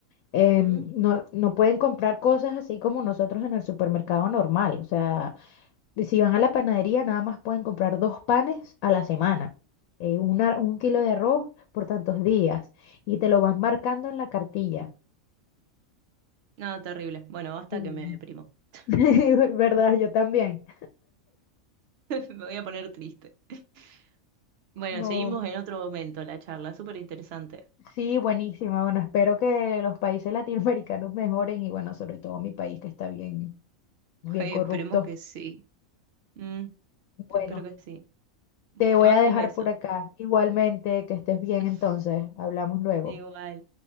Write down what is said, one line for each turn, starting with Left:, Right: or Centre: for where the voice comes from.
Left: Em,
Right: ¿mm?
Left: no, no pueden comprar cosas así como nosotros en el supermercado normal. O sea, si van a la panadería nada más pueden comprar dos panes a la semana, eh, una- un kilo de arroz por tantos días y te lo van marcando en la cartilla.
Right: No, terrible. Bueno, basta
Left: Sí.
Right: que me deprimo. <laughs>
Left: <laughs> ¿Verdad? Yo también.
Right: Me voy a poner triste. <laughs> Bueno,
Left: No,
Right: seguimos en otro momento la charla, súper interesante.
Left: sí, buenísima. Bueno, espero que los países <laughs> latinoamericanos mejoren y bueno, sobre todo mi país que está bien, bien
Right: Ay,
Left: corrupto.
Right: esperemos que sí. Mm,
Left: Bueno,
Right: espero que sí.
Left: te voy
Right: Te mando
Left: a dejar
Right: un beso.
Left: por acá. Igualmente, que estés bien
Right: <laughs>
Left: entonces. Hablamos luego.
Right: Igual.